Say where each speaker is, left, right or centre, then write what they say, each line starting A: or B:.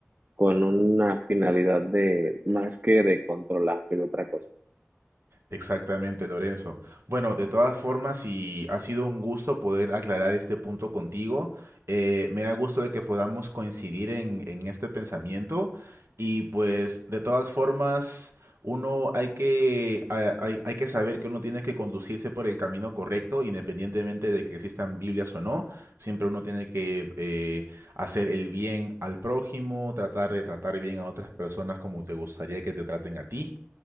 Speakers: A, on the right (about 40°); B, on the right (about 70°).
A: con una finalidad de más que de controlar que de otra cosa.
B: Exactamente, Lorenzo. Bueno, de todas formas, y ha sido un gusto poder aclarar este punto contigo. Eh, me da gusto de que podamos coincidir en, en este pensamiento. Y pues, de todas formas, uno hay que, a- hay, hay que saber que uno tiene que conducirse por el camino correcto, independientemente de que existan Biblias o no. Siempre uno tiene que eh, hacer el bien al prójimo, tratar de tratar bien a otras personas como te gustaría que te traten a ti.